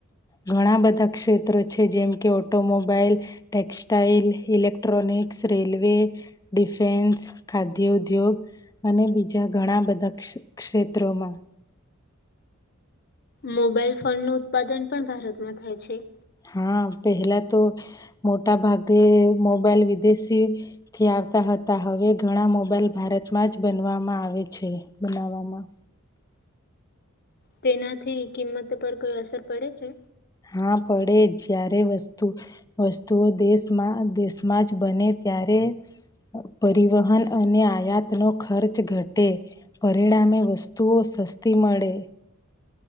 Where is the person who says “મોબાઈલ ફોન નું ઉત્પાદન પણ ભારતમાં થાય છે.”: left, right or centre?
Left